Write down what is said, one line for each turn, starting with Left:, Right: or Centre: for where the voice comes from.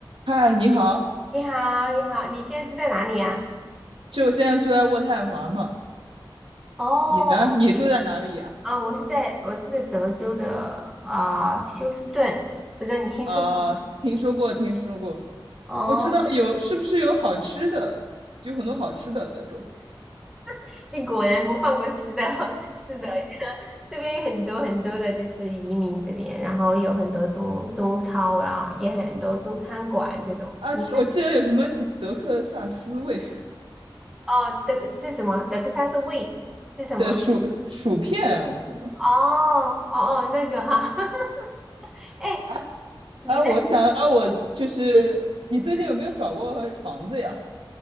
Right: 嗨，你好，
Centre: 你好，你好，你现在住在哪里呀、
Right: 就我现在住在渥太华嘛，
Centre: 哦，
Right: 你呢？你住在哪里呀？
Centre: 啊？我是在我住在德州的啊、休斯顿，不知道你听说过？
Right: 啊，听说过，听说过，
Centre: 哦，
Right: 我知道有，是不是有好吃的？有很多好吃的德州
Centre: <laughs> 你果然不放过吃的，<laughs> 是的，<laughs> 这边有很多很多的就是移民这边，然后有很多中中超啊，也很多中餐馆这种。
Right: 啊，
Centre: 你
Right: 是我记得有什么德克萨斯味
Centre: 哦，德是什么？德克萨斯味是什么？
Right: <laughs> 的薯薯片，我记得。
Centre: 哦哦哦，那个哈，<laughs> 哎，
Right: 哎、
Centre: 你那
Right: 哎、我想到我就是，你最近有没有找过房子呀？